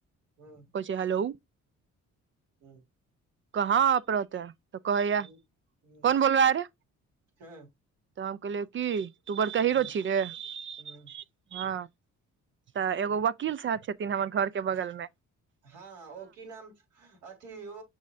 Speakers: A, on the right; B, on the right.
A: हँ
B: कहेय छै हेलो
A: ह्म
B: कहाँ आप रहते हैं तऽ कहैया
A: हम्म हम्म
B: कोन बोल रहा है रे
A: हँ
B: तऽ हम कहलियए की तू बड़का हीरो
A: ह
B: छी रे हँ
A: ह
B: तऽ एगो वकील साहब छथिन हमर घर के बगल मे
A: हँ ओ की नाम--छै अथी ओ